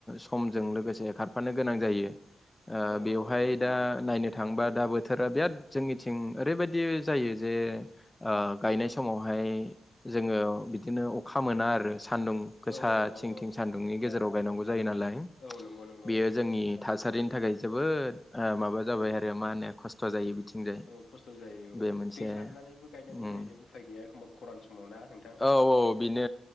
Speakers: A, on the left (about 20°); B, on the left (about 80°).
A: समजों लोगोसे खारफानो गोनां जायो। ओ
B: औ
A: बेवहाय
B: औ नंगौ
A: दा
B: नंगौ
A: नायनो थांङोबा दा बो थोरा बिराद जोंनिथिं ओरैबायदि जायो जे ओ गायनाय समावहाय जोङो बिदिनो अखा मोना आरो। सान्दुं गोसा
B: औ औ
A: थिं
B: औ
A: थिं सान्दुंनि गेजेराव गाय नांगौ जायो नालाय
B: औ नंगौ नंगौ
A: बेयो
B: औ
A: जोंनि‌ थासारिनि थाखाय जोबोद ओ माबा जाबाय आरो मा होनो खस्थ जायो बिथिंजाय
B: औ खस्थ जायो औ
A: बे मोनसे
B: दै सारनानैबो गायनांगौ
A: उम
B: जाहैदों उफाय गैया एखमबा खरान समाव ना नोंथां?
A: औ बेनो